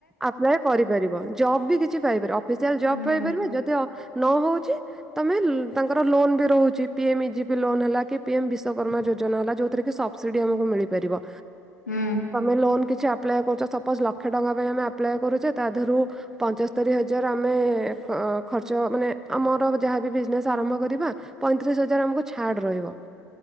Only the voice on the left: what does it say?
ହୁଁ
ହୁଁ
ହୁଁ।